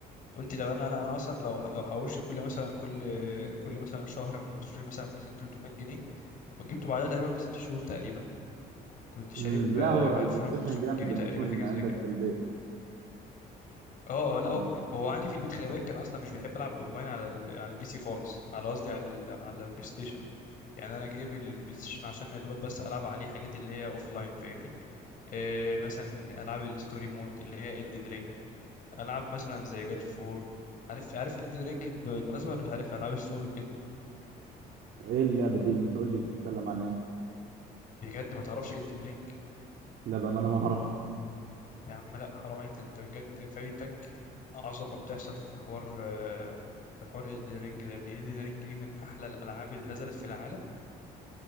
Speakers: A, on the left (about 55°); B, on the right (about 70°).
A: قلت طب انا انا أنا اصلا لو لو حوشت كل مثلا كل كل مثلا شهر من مصروفي مثلا 200 300 جنيه وجبته بعدها تقريبا بست شهور تقريبا كنت شارب
B: امم
A: ب
B: لا هو
A: 2500
B: البلاي ستيشن جامد
A: جنيه
B: انه
A: تقريبا
B: يكون
A: حاجه
B: عندك
A: زي كده
B: في البيت
A: اه اه، لا
B: مم.
A: هو هو عندي في البيت خلي بالك كان اصلا مش بيحب العب اونلاين على ال... على البي سي خالص على قصدي على ال... على البلاي ستيشن يعني انا جايب البلاي ستيشن عشان يا دوبك بس العب عليه حاجات اللي هي اوف لاين فاهمني إيه مثلا العاب الستوري مود اللي هي Elden Ring العاب مثلا زي God of War عارف عارف Elden Ring بالمناسبة ولا مش عارف العاب السول وكده
B: ايه اللعبه دي ما تقول لي بتتكلم عن ايه
A: بجد ما تعرفش Elden Ring
B: لا بقى ما انا ما اعرف
A: يا عم لا حرام عليك ده انت بجد فايتك اعظم ما بتحصل في حوار آه، في حوار Elden Ring ده يا ابني Elden Ring دي من احلى الالعاب اللي نزلت في العالم